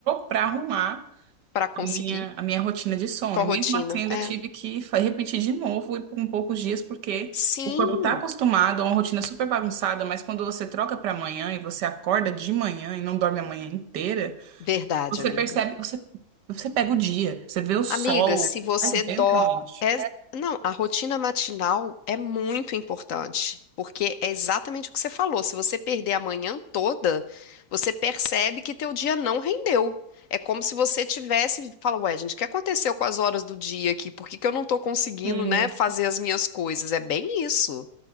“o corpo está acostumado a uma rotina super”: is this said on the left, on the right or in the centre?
Right